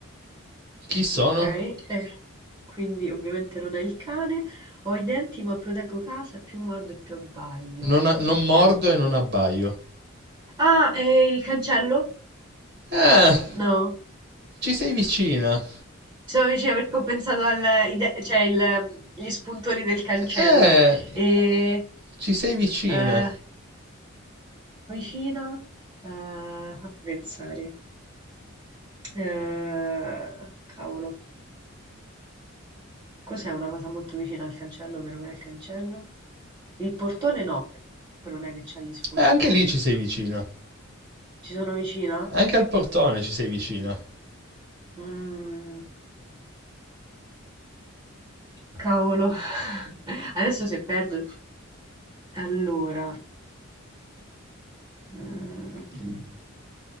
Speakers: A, on the right; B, on the right.
A: Chi sono?
B: ok. eh, Quindi ovviamente non è il cane. Ho i denti ma proteggo casa, più mordo e più abbaglio.
A: Non,
B: Cos'è
A: a- non
B: che
A: mordo
B: hai?
A: e non abbaio.
B: Ah, eh, il cancello?
A: Ah,
B: No.
A: ci sei vicina.
B: Ci sono vicina perché ho pensato al, i de- cioè il- gli spuntoni del cancello.
A: Eh,
B: E,
A: ci sei vicina.
B: eh, vicina, eh, fammi pensare. Ehm, cavolo, cos'è una cosa molto vicina al cancello che non è il cancello? Il portone no, perché comunque non è che c'ha gli spuntoni.
A: Eh, anche lì ci sei vicina.
B: Ci sono vicina?
A: Anche al portone ci sei vicina.
B: Mm, cavolo. <laughs> Adesso se perdo... Allora... mm,